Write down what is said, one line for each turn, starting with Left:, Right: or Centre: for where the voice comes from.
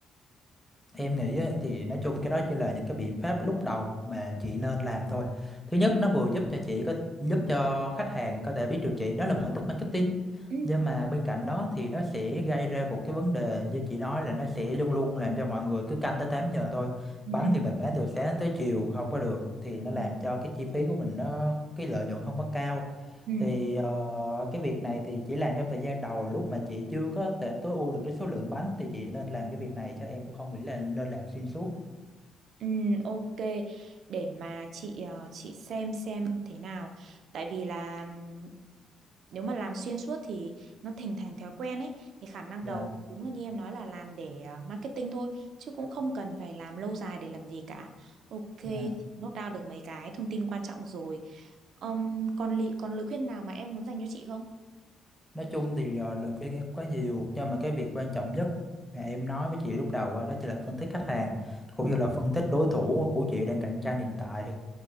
Centre: em nghĩ á, thì nói chung cái đó chỉ là những cái biện pháp lúc đầu mà chị nên làm thôi thứ nhất nó vừa giúp cho chị có giúp cho khách hàng có thể biết được chị đó là một hình thức marketing
Right: Ừ.
Centre: Nhưng mà bên cạnh đó thì nó sẽ gây ra một cái vấn đề như chị nói là nó sẽ luôn luôn làm cho mọi người cứ canh tới 8 giờ thôi.
Right: ừ
Centre: Bánh thì mình bán từ sáng tới chiều không có được thì nó làm
Right: ừ
Centre: cho cái chi phí của mình nó cái lợi nhuận không có cao.
Right: ừ
Centre: Thì ờ, cái việc này thì chỉ làm trong thời gian đầu lúc mà chị chưa có thể tối ưu được cái số lượng bánh thì chị nên làm cái việc này chứ em cũng không nghĩ là nên làm xuyên suốt.
Right: ừ, ok để mà chị ờ, chị xem xem thế nào tại vì là ừm, nếu mà làm xuyên suốt thì nó thành thành thói quen ấy thì khả năng
Centre: Dạ.
Right: đầu đúng là như em nói là làm để ờ, marketing thôi chứ cũng không cần phải làm lâu dài để làm gì cả ok
Centre: dạ.
Right: nốt down được mấy cái thông tin quan trọng rồi Ừm, còn lý còn lời khuyên nào mà em muốn dành cho chị không
Centre: Nói chung thì ờ, lời khuyên em có nhiều nhưng mà cái việc quan trọng nhất mà em nói với chị lúc đầu á, đó chính là phân tích khách hàng cũng
Right: ừ
Centre: như là phân tích đối thủ của chị đang cạnh tranh hiện tại.